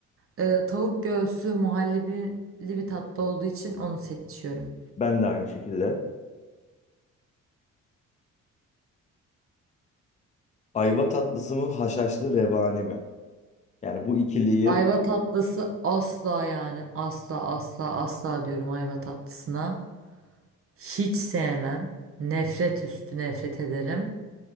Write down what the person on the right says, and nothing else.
Ee, tavuk göğsü muhallebili bir tatlı olduğu için onu seçiyorum.
Ayva tatlısı asla yani asla asla asla diyorum ayva tatlısına. Hiç sevmem. Nefret üstü nefret ederim.